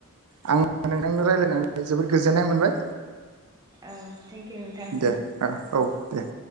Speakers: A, on the right; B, on the right.
A: आं नोंथांनो रायज्लायनानै जोबोद गोजोननाय मोनबाय।
B: औ थेंक इउ नोंथां।
A: दे औ दे